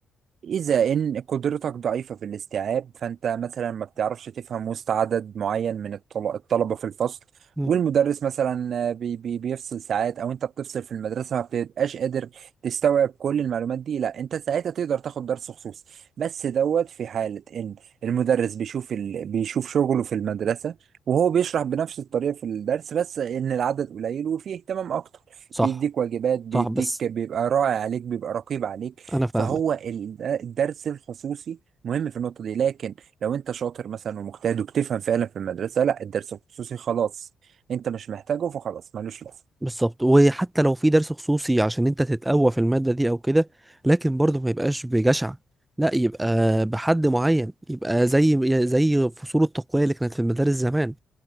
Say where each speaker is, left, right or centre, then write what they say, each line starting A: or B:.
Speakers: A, on the right (about 65°); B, on the right (about 20°).
A: إذا إن قدرتك ضعيفة في الاستيعاب فأنت مثلا ما بتعرفش تفهم وسط عدد معين من الطل- الطلبة في الفصل
B: مم.
A: والمدرس مثلا آه، بي بي بيفصل ساعات أو أنت بتفصل في المدرسة ما بتبقاش قادر تستوعب كل المعلومات دي لا أنت ساعتها تقدر تاخد درس خصوصي بس دوت في حالة إن المدرس بيشوف ال... بيشوف شغله في المدرسة وهو بيشرح بنفس الطريقة في الدرس بس إن العدد قليل وفيه اهتمام أكتر
B: صح
A: بيديك واجبات بيديك
B: صح بس
A: بيبقى راعي عليك بيبقى رقيب عليك
B: انا فاهمك
A: فهو ال- الدرس الخصوصي مهم في النقطة دي لكن لو انت شاطر مثلا ومجتهد وبتفهم فعلا في المدرسة لا الدرس الخصوصي خلاص انت مش محتاجه فخلاص ملوش لازمة
B: بالظبط وحتى لو في درس خصوصي عشان انت تتقوى في الماده دي او كده لكن برضه ما يبقاش بجشع لا يبقى بحد معين يبقى زي زي فصول التقويه اللي كانت في المدارس زمان